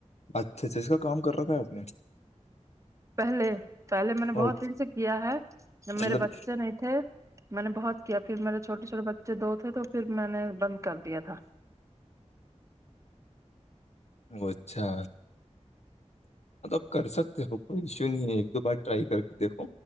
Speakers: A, on the left; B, on the right.
A: اچھا اچھا اس کا کام کر رکھا ہے آپ نے
B: پہلے پہلے میں نے بہت
A: اور
B: دن سے کیا ہے جب
A: مطلب
B: میرے بچے نہیں تھے میں نے بہت کیا پھر میرے چھوٹے چھوٹے بچے دو تھے تو پھر میں نے بند کر دیا تھا
A: اچھا مطل اب کر سکتے ہو کوئی ایشو نہیں ہے ایک دو بار ٹرائی کر کے دیکھو